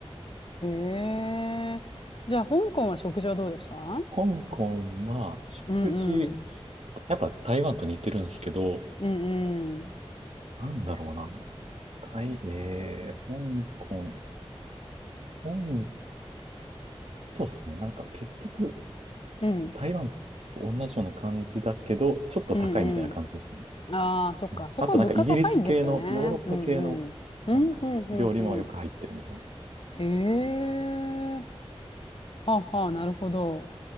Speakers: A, on the left; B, on the right.
A: へえ。じゃあ、香港は食事はどうでしたうん
B: 香港は、食事、
A: うん。
B: やっぱ台湾と似てるんですけど、
A: うんうん。
B: なんだろうな。台、えー、香港、香、そうですね。なんか結局、
A: うん。
B: 台湾と同じような感じだけど、ちょっと高いみたいな感じですよね。
A: うんうん。ああ、そっか。
B: うんあとなんかイギリス系の、
A: そこは物価高いんですよね。
B: ヨーロッパ系の、
A: うんうん。うんうんうんうん。
B: なんか料理もよく入ってるみたいな。
A: へえ。はあはあ、なるほど。